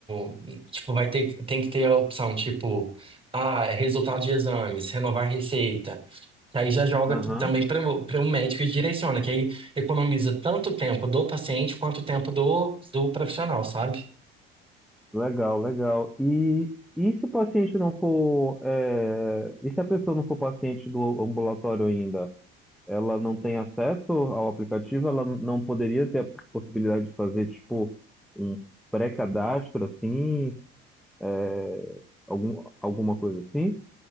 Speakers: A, on the right (about 15°); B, in the centre.
A: no- Tipo, vai ter, tem que ter a opção, tipo, ah, resultado de exames, renovar receita. Que aí já joga
B: Aham,
A: também para o médico e direciona, que aí economiza tanto tempo do paciente quanto tempo do, do profissional, sabe?
B: legal, legal. E, e se o paciente não for. é, e se a pessoa não for paciente do ambulatório ainda? ela não tem acesso ao aplicativo, ela não poderia ter a possibilidade de fazer, tipo, um pré-cadastro, assim, é, algum, alguma coisa assim?